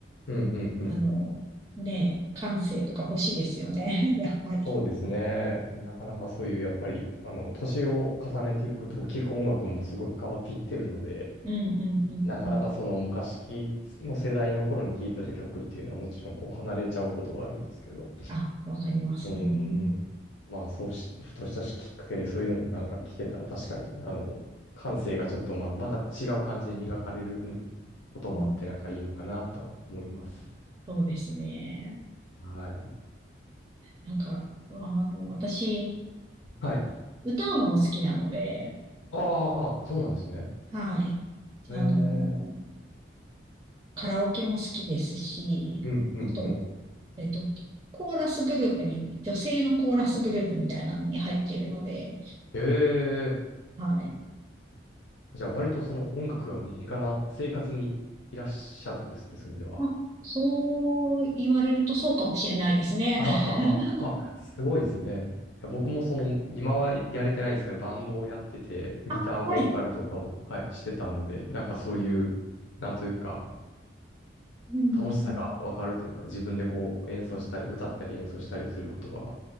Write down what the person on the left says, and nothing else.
うんうんうん。
そうですね。なかなかそういう、やっぱり、あの、年を重ねていくと、聞く音楽もすごい変わっていってるので、
なかなかその昔きの世代の頃に聴いてた曲っていうのはもちろんこう離れちゃうことがあるんですけど。
うん。
まあそうし、ふとしたきっかけでそういうのもなんか聞けたら確かに、あの、感性がちょっとまあまた違う感じで磨かれることもあってなんかいいのかなと思います。
はい。
はい。
ああ、そうなんですね。
ええ
うん、
うん、うん。
ええ
じゃあ割とその音楽が身近な生活にいらっしゃるんですね、そういう意味では。
ああ、
あ、すごいですね。いや、僕もその、今はやれてないんですけど、バンドをやってて、ギターボーカルとかも、
はい、してたので、なんかそういう、なんというか、
楽しさがわかるというか、自分でこう演奏したり、歌ったり演奏したりすることが、